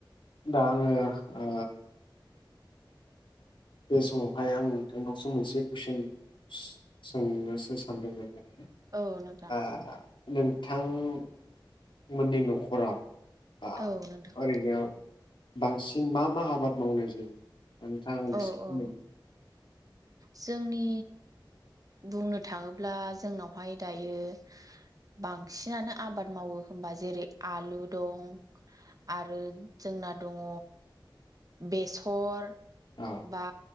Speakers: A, on the left (about 70°); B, on the right (about 45°).
A: दाङ आं ओ। बे समावहाय आं नोंथांनावसो मोनसे कुइसन सोंनोसो सानदोंमोन। माने
B: औ नोंथां।
A: आ नोंथांमोननि न'खराव बा
B: औ नोंथां
A: ओरैनो बांसिन मा मा आबाद मावनाय जायो? नोंथाङा आं
B: औ
A: एसे बुंदों।
B: औ जोंनि बुंनो थाङोब्ला जोंनावहाय दायो। बांसिनानो आबाद मावो होनोमबा जेरै आलु दं। आरो जोंना दङ बेसर
A: हो। औ
B: बा